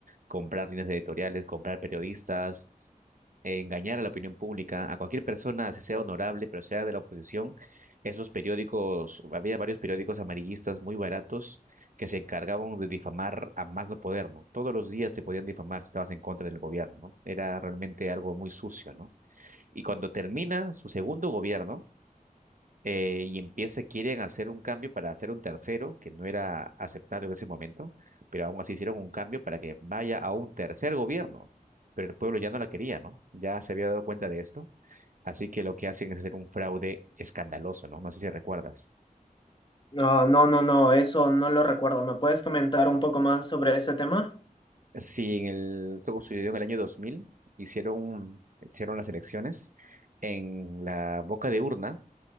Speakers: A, on the right (about 60°); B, on the left (about 30°).
A: comprar líneas editoriales, comprar periodistas, eh, engañar a la opinión pública, a cualquier persona, así sea honorable, pero sea de la oposición, esos periódicos, había varios periódicos amarillistas muy baratos que se encargaban de difamar a más no poder, ¿no? Todos los días te podían difamar si estabas en contra del gobierno, ¿no? Era realmente algo muy sucio, ¿no? Y cuando termina su segundo gobierno, eh, y empieza, quieren hacer un cambio para hacer un tercero, que no era aceptado en ese momento, pero aún así hicieron un cambio para que vaya a un tercer gobierno. Pero el pueblo ya no la quería, ¿no? Ya se había dado cuenta de esto. Así que lo que hacen es hacer un fraude escandaloso, ¿no? No sé si recuerdas.
B: No, no, no, no, eso no lo recuerdo. ¿Me puedes comentar un poco más sobre ese tema?
A: Sí, en el, esto sucedió en el año 2000 hicieron, hicieron las elecciones. En la boca de urna